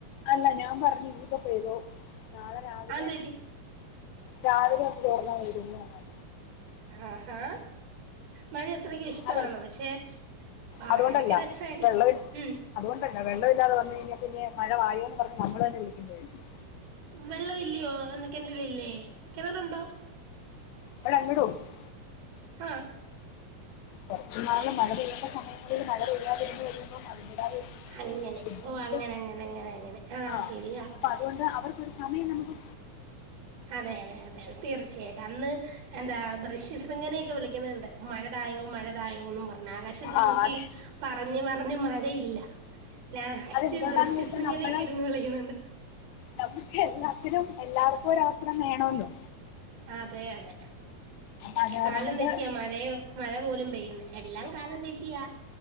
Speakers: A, on the left; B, on the right.
A: അല്ല ഞാൻ പറഞ്ഞു ഇനീപ്പോ പെയ്തോ നാളെ രാവിലെ
B: അതെന്ത് പറ്റി
A: രാവിലെ അങ്ങ് ചോറ്ന്നാ വിടും ഞങ്ങൾ
B: ആഹ് ഹാ മഴയത്രക്കും ഇഷ്ടവാണ്
A: അതെ
B: പക്ഷെ ഒറങ്ങാനൊക്കെ
A: അതുകൊണ്ടല്ല
B: രസവാരിക്കും
A: വെള്ളമിൽ
B: ഉം
A: അതുകൊണ്ടല്ല വെള്ളവില്ലാതെ വന്ന് കഴിഞ്ഞാ പിന്നെ മഴ വായോന്ന് പറഞ്ഞ് നമ്മള് തന്നെ വിളിക്കേണ്ടി വരും
B: വെള്ളവില്ല്യോ എന്ത് കെണ്റ്റിലില്ലേ കെണറുണ്ടോ
A: <unintelligible>
B: ആഹ്
A: കൊറച്ചു നാള് മഴ പെയ്യണ്ട സമയങ്ങളില് മഴ പെയ്യാതിരുന്നു കഴിയുമ്പോ അതിന്റേതായോരു
B: അങ്ങനെ
A: ബുദ്ധിമുട്ട്
B: ഓ അങ്ങനെ അങ്ങനെ അങ്ങനെ അങ്ങനെ
A: ആഹ്
B: ശരിയാ
A: അപ്പ അത്കൊണ്ട് അവർക്കൊരു സമയം നമുക്ക്
B: അതെയതെ അതെ തീർച്ചയായിട്ടും അന്ന് എന്താ ദൃശ്യ ശൃംഖനെയൊക്കെ വിളിക്ക്ന്ന്ണ്ട് മഴതായോ മഴതായോന്നും പറഞ്ഞ് ആകാശത്ത്
A: ആഹ്
B: നോക്കി
A: അതെ
B: പറഞ്ഞ് പറഞ്ഞ് മഴയില്ല ലാസ്റ്റ്
A: അതെന്തുകൊണ്ടാന്ന്
B: ദൃശ്യ
A: ചോദിച്ചാൽ
B: ശൃഖനെക്കെ
A: നമ്മള്
B: ഇര്ന്ന് വിളിക്ക്ന്ന്ണ്ട്
A: നമുക്ക് എല്ലാത്തിനും എല്ലാർക്കും ഒരവസരം വേണോല്ലോ
B: അതെ അതെ
A: അപ്പൊ അത് കാരണം
B: കാലം
A: കൊണ്ട്
B: തെറ്റിയ മഴയോ മഴ പോലും പെയ്യ്ന്നെ എല്ലാം കാലം തെറ്റിയാ